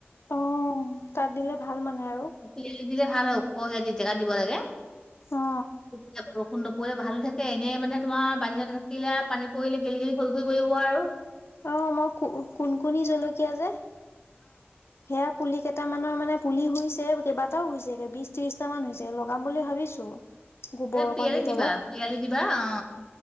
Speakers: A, on the left; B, on the left.
A: অ', তাত দিলে ভাল মানে আৰু।
B: পিয়ালিত দিলে ভাল হয়, ওখ সিহতি জেগা দিব লাগে।
A: অ।
B: তেতিয়া বৰষুণ নপৰিলে ভালে থাকে। এনেই মানে তোমাৰ বাহিৰত থাকিলে পানী পৰিলে গেলি গেলি সৰি সৰি পৰিব আৰু।
A: অ মই কোন-কোনী জলকীয়া যে। সেয়া পুলি কেইটামানৰ মানে পুলি হৈছে, কেইবটাও হৈছেগে, বিশ ত্ৰিশটা মান হৈছে। লগাব বুলি ভাবিছো গোবৰ
B: এই
A: অকণ
B: পিৰালিত
A: দি তলত
B: দিবা পিৰালিত দিবা অ